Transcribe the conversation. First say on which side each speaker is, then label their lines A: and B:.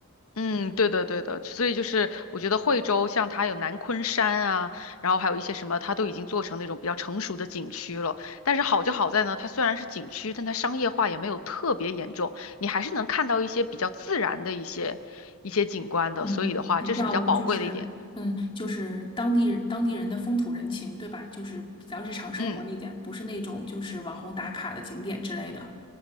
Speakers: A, on the left; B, on the left.
A: 嗯，对的，对的，所以就是我觉得惠州像它有南昆山啊，然后还有一些什么，它都已经做成那种比较成熟的景区了。但是好就好在呢，它虽然是景区，但它商业化也没有特别严重，你还是能看到一些比较自然的一些一些景观的，
B: 嗯，
A: 所以的话，
B: 比较就是，
A: 这是比较宝贵的一点。
B: 嗯，就是当地当地人的风土人情，对吧？就是比较日常生活那点，
A: 嗯。
B: 不是那种就是网红打卡的景点之类的。